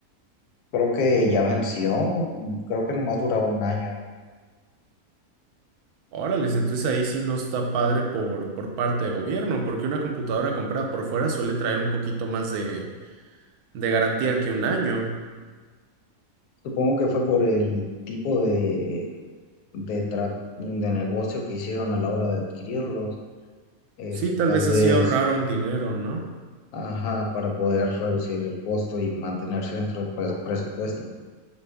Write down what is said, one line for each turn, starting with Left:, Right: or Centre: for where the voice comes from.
Left: Creo que ya venció, creo que nomás duraba un año.
Right: Órale, entonces ahí sí no está padre por, por parte de gobierno, porque una computadora comprada por fuera suele traer un poquito más de, de garantía que un año.
Left: Supongo que fue por el tipo de, de, tra- de negocio que hicieron a la hora de adquirirlos. Este,
Right: Sí, tal
Left: tal
Right: vez
Left: vez
Right: así ahorraron dinero, ¿no?
Left: Ajá, para poder reducir el costo y mantenerse dentro del pre- presupuesto.